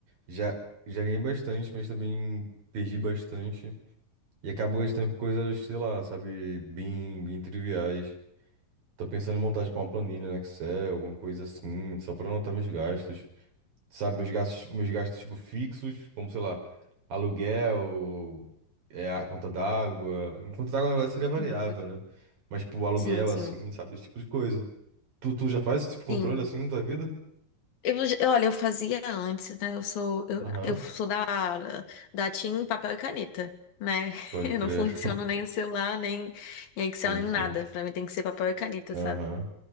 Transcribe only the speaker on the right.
Já, já ganhei bastante, mas também perdi bastante e acabo gastando com coisas, sei lá, sabe? Bem, bem triviais. Tô pensando em montar, tipo, uma planilha no Excel, alguma coisa assim, só pra anotar meus gastos. Sabe, meus gastos, meus gastos, tipo, fixos, como, sei lá, aluguel, é, a conta d'água. Conta d'água, na verdade, seria variável,
né? Mas, tipo, aluguel,
assim, sabe, esse tipo de coisa. Tu, tu já faz esse tipo de controle,
assim, na tua vida?
Aham,
Pode
crer,
<laughs>
pode
crer.
Aham.